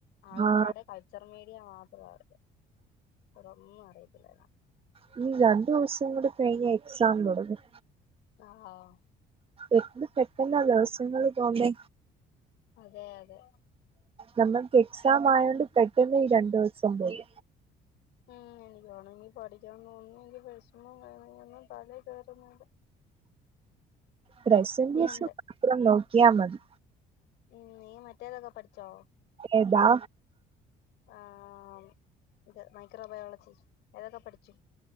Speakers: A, on the left (about 85°); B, on the right (about 35°).
A: ആകെപാടെ
B: ആഹ്
A: കൾച്ചർ മീഡിയ മാത്രം അറിയാം വേറൊന്നും അറിയത്തില്ല
B: ഇനി രണ്ടു ദിവസം കൂടി കഴിഞ്ഞ എക്സാം തൊടങ്ങും
A: <unintelligible>
B: എത്ര പെട്ടെന്നാ ദിവസ്യങ്ങൾ തോന്നേ
A: അതെ അതെ
B: നമ്മൾക്ക് എക്സാം ആയോണ്ട് പെട്ടെന്ന് ഈ രണ്ടു ദിവസം പോയി
A: ഉ എനക്ക്ണമെങ്കിൽ പഠിക <unintelligible> ഒന്നും തല കേറൂന്നില്ല
B: പ്രസന്റേഷൻ
A: നീ എന്ത്
B: മാത്രം നോക്കിയാൽ മതി
A: ഉം നീ മറ്റേതൊക്കെ പഠിച്ചോ
B: ഏതാ
A: ആഹ് ഇത് മൈക്രോബയോളജി ഏതൊക്കെ പഠിച്ച്